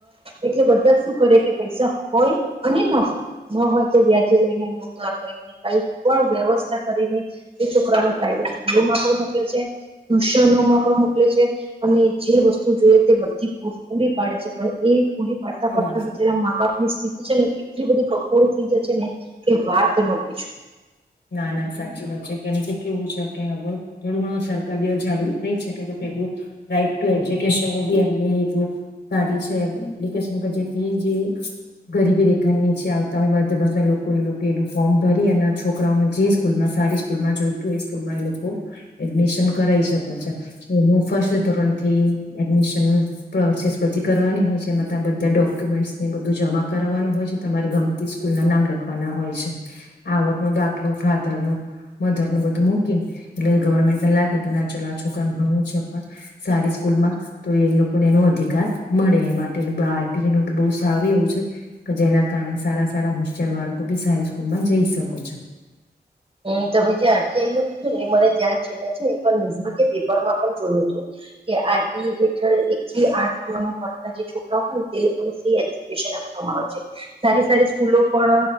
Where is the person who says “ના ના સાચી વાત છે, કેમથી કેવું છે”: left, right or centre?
Left